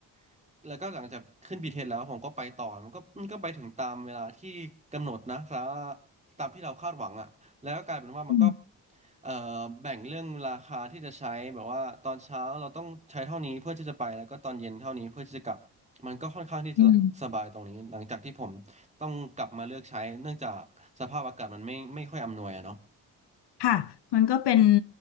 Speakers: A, on the right; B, on the left.
A: ๆ แล้วก็หลังจากขึ้นเทเอสแล้วผมก็ไปต่อมันก็มันก็ไปถึงตามเวลาที่กำหนดนะสาตามที่เราคาดหวังอ่ะแล้วก็กลายเป็นว่ามันก็
B: ำอืม
A: เอ่อแบ่งเรื่องราคาที่จะใช้แบบว่าตอนเช้าเราต้องใช้เท่านี้เพื่อที่จะไปแล้วก็ตอนเย็นเท่านี้เพื่อที่จะกลับมันก็ค่อนข้างที่จะสบายตรงนี้หลังจากที่ผมต้องกลับมาเลือกใช้เนื่องจากสภาพอากาศมันไม่ไม่ค่อยอำนวยอะเนาะ
B: อืม ค่ะมันก็เป็น